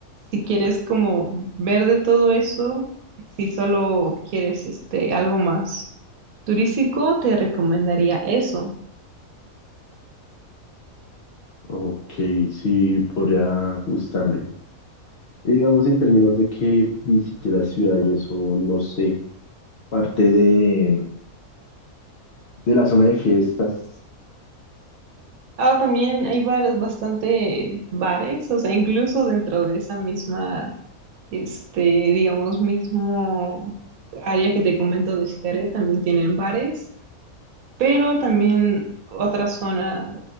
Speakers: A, on the right; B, on the left.
A: si quieres como ver de todo eso, si solo quieres este algo más turístico, te recomendaría eso.
B: Ok, sí, podría gustarme. Y Digamos en términos de que visite la ciudad y eso, no sé, parte de, de la zona de fiestas.
A: Ahora también hay varios, bastante bares, o sea, incluso dentro de esa misma Este, digamos, mismo área que te comento de Xcaret, también tienen bares, pero también otra zona,